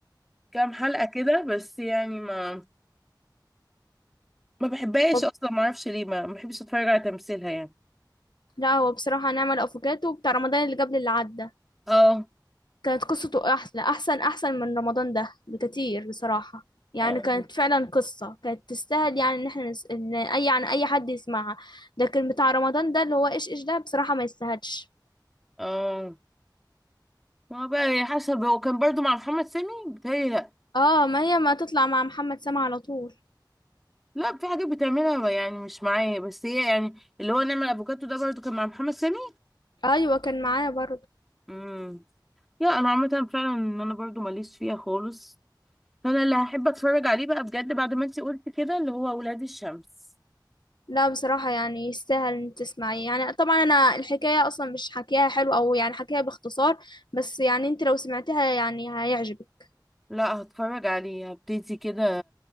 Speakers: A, in the centre; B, on the left.
A: كام حلقه كده بس يعني ما ما بحبهاش
B: هو-
A: اصلا ما اعرفش ليه ما ما بحبش اتفرج على تمثيلها يعني
B: لا هو بصراحه نعمل الافوكاتو بتاع رمضان اللي قبل اللي عدى
A: اه
B: كانت قصته احلى احسن احسن من رمضان ده بكتير بصراحه يعني
A: اه
B: كانت فعلا قصه كانت تستاهل يعني ان احنا نس... ان اي يعني اي حد يسمعها لكن بتاع رمضان ده اللي هو ايش ايش ده بصراحه ما يستاهلش
A: اه ما هو بقى هي حسب هو كان برضو مع محمد سامي بتهيألي لا
B: اه ما هي ما تطلع مع محمد سامع على طول
A: لا في حاجات بتعملها يعني مش معايا بس هي يعني اللي هو نعمل افوكاتو ده برضو كان مع محمد سامي
B: ايوه كان معايا برضه
A: امم يا انا عامه فعلا ان انا برضو ماليش فيها خالص فانا اللي هحب اتفرج عليه بقى بجد بعد ما انتي قلتي كده اللي هو ولاد الشمس
B: لا بصراحة يعني يستاهل ان تسمعيه يعني طبعا انا الحكاية اصلا مش حكيها حلو او يعني حكيها باختصار بس يعني انت لو سمعتها يعني هيعجبك
A: لا هتفرج عليه هبتدي كده